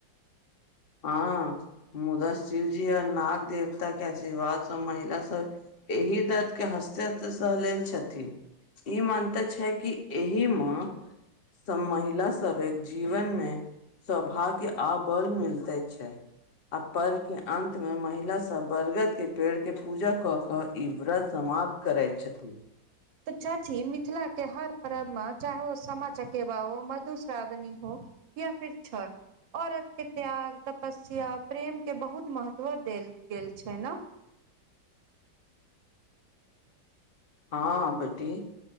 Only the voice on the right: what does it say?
तऽ चाची मिथिला के हर परर्ब मे चाहे ओ सामा चकेवा हो मधुश्रावणी हो या फिर छठ। औरत के त्याग तपस्या प्रेम के बहुत महत्व देल गेल छै न।